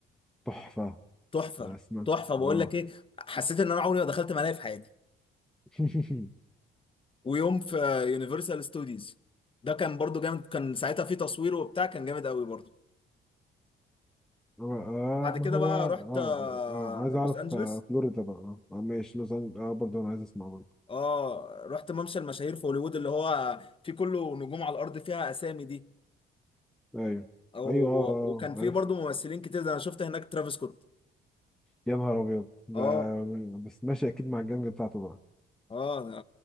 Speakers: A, in the centre; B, on the left.
A: تحفه
B: تحفة
A: أنا اسمع
B: تحفة بقول
A: اه
B: لك ايه حسيت ان انا عمري ما دخلت ملاهي في حياتي
A: <laughs>
B: ويوم في يونيفرسال ستوديوز ده كان برضو جامد كان ساعتها في تصوير وبتاع كان جامد قوي برضو
A: آه
B: بعد
A: ما
B: كده
A: هو
B: بقى
A: اه,
B: رحت آه،
A: آه عايز اعرف
B: لوس انجلوس
A: آه فلوريدا بقى اه آه، ماشي لوز أنجل- اه برضه انا عايز اسمع
B: اه رحت ممشى المشاهير في هوليوود اللي هو في كله نجوم على الارض فيها اسامي دي
A: ايوه
B: او
A: ايوه اه اه
B: وكان في
A: آه، عارف
B: برضو ممثلين كتير ده انا شفت هناك ترافيس سكوت
A: يا نهار ابيض ده
B: اه
A: بس ماشي اكيد مع الجنج بتاعته بقى
B: اه